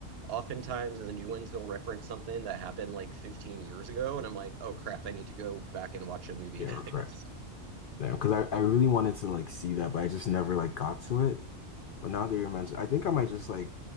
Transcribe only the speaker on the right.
oftentimes in the new ones they'll reference something that happened like 15 years ago, and I'm like, oh crap, I need to go back and watch a movie
<laughs> that
I missed.